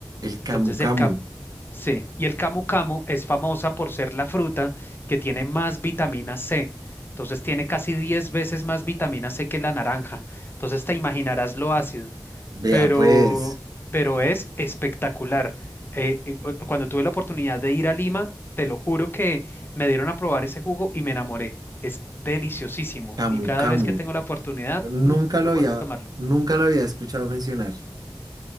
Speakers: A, on the right (about 60°); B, on the left (about 30°).
A: El
B: Entonces
A: camu
B: el
A: camu.
B: Sí, y el camu camu es famosa por ser la fruta que tiene más vitamina C. Entonces tiene casi 10 veces más vitamina C que la naranja. Entonces te imaginarás lo ácido,
A: Vea,
B: pero,
A: pues,
B: pero es espectacular. Eh, eh, cu- cuando tuve la oportunidad de ir a Lima, te lo juro que me dieron a probar ese jugo y me enamoré. Es deliciosísimo
A: camu
B: y cada
A: camu.
B: vez que tengo la oportunidad,
A: Nunca
B: mm,
A: lo
B: vuelvo
A: había,
B: a tomarlo.
A: nunca lo había escuchado mencionar.